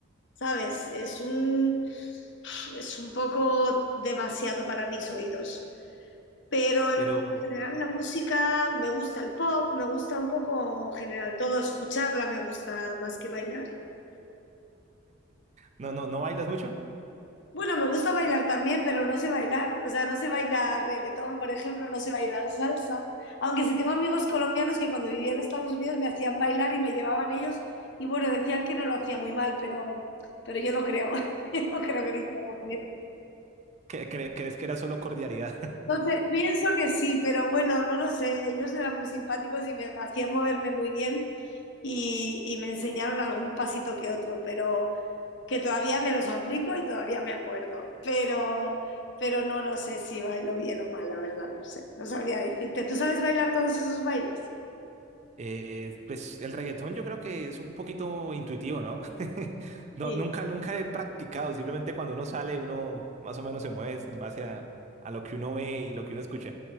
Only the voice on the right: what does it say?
Pero...
No, no, ¿no bailas mucho?
¿Cre- cre- ¿Crees que era solo cordialidad?
Eh, pues el reggaetón yo creo que es un poquito intuitivo, ¿no? <laughs> No,
nunca, nunca he practicado, simplemente cuando uno sale, uno más o menos se mueve en base a, a lo que uno ve y lo que uno escucha.